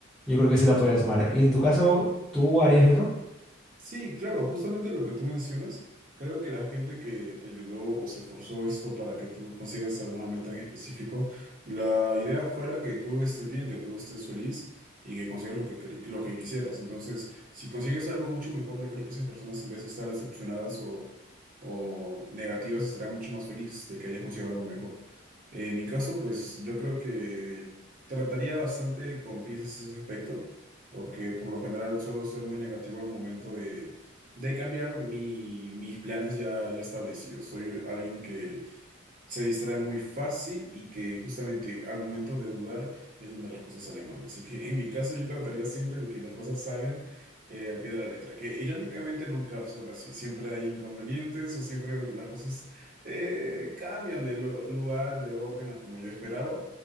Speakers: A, in the centre; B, on the right.
A: yo creo que sí la podría tomar. Y en tu caso, ¿tú harías eso?
B: Sí, claro, justamente lo que tú mencionas, creo que la gente que te ayudó o se esforzó esto para que tú consigas alguna meta en específico, la idea fuera que tú estés bien, que tú estés feliz y que consigas lo que, queri- lo que quisieras. Entonces, si consigues algo mucho mejor, yo creo que esas personas en vez de estar decepcionadas o, o negativas, estarán mucho más felices de que hayas conseguido algo mejor. Eh, En mi caso, pues yo creo que trataría bastante con piezas ese aspecto porque por lo general suelo ser muy negativo al momento de, de cambiar mi- mis planes ya, ya establecidos. Soy alguien que se distrae muy fácil y que justamente al momento de dudar es donde las cosas salen mal. Así que en mi caso yo trataría siempre de que las cosas salgan eh, al pie de la letra, que irónicamente nunca son así. Siempre hay inconvenientes o siempre las cosas eh, cambian de lu- lugar, de orden a como yo esperaba.